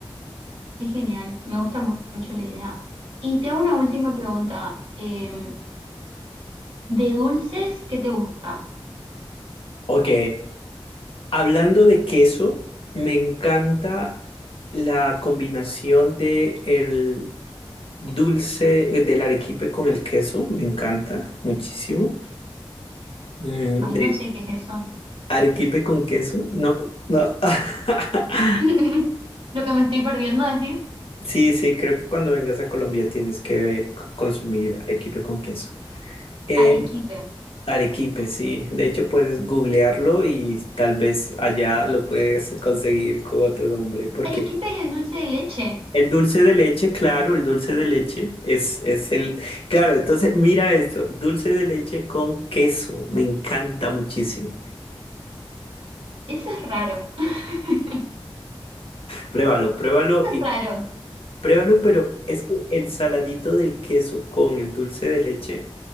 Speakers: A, on the right; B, on the left.
A: Es genial, me gusta mu- mucho la idea. Y te hago una última pregunta. eh, ¿de dulces qué te gusta?
B: Ok, Hablando de queso, me encanta la combinación de el dulce eh, del arequipe con el queso, me encanta muchísimo. Mm,
A: Ay,
B: de
A: no sé qué es eso.
B: arequipe con queso, no, no. <laughs>
A: <laughs> Lo que me estoy perdiendo decir.
B: Sí, sí, creo que cuando vengas a Colombia tienes que eh, c- consumir arequipe con queso. Eh,
A: Arequipe.
B: arequipe, sí. De hecho, puedes googlearlo y tal vez allá lo puedes conseguir con otro nombre, porque
A: Arequipe es el dulce de leche.
B: El dulce de leche, claro, el dulce de leche es, es el... Claro, entonces mira esto, dulce de leche con queso, me encanta muchísimo.
A: Eso es raro. <laughs> Eso
B: Pruébalo, pruébalo
A: es
B: y
A: raro.
B: pruébalo, pero es que el saladito del queso con el dulce de leche,